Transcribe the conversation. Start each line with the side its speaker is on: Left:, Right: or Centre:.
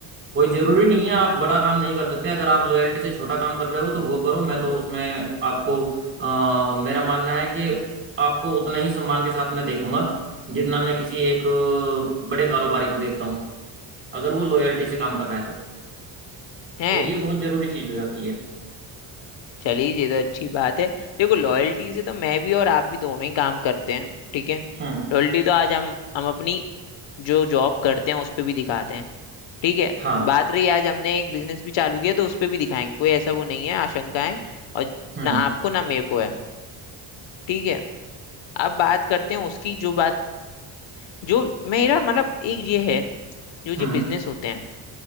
Right: कोई जरूरी नहीं है आप बड़ा काम नहीं कर सकते अगर आप लॉयल्टी से छोटा काम कर रहे हो तो वो करो मैं तो उसमें आपको अ, मेरा मानना है कि आपको उतना ही सम्मान के साथ मैं देखूंगा जितना मैं किसी एक बड़े कारोबारी को देखता हूँ अगर वो लॉयल्टी से काम कर रहा है तो
Left: हैं
Right: तो ये बहुत जरूरी चीज हो जाती है
Left: चलिए ये तो अच्छी बात है देखो लॉयल्टी से तो मैं भी और आप भी दोनों ही काम करते हैं ठीक है
Right: हम्म
Left: लॉयल्टी तो आज हम हम अपनी जो जॉब करते हैं उस पर भी दिखाते हैं ठीक है
Right: हाँ
Left: बात रही आज हमने एक बिजनेस भी चालू किया तो उस पर भी दिखाएंगे कोई ऐसा वो नहीं है आशंका है और
Right: हम्म
Left: ना आपको ना मेरे को है ठीक है अब बात करते हैं उसकी जो बात जो मेरा मतलब एक ये है जो ये
Right: हम्म
Left: बिजनेस होते हैं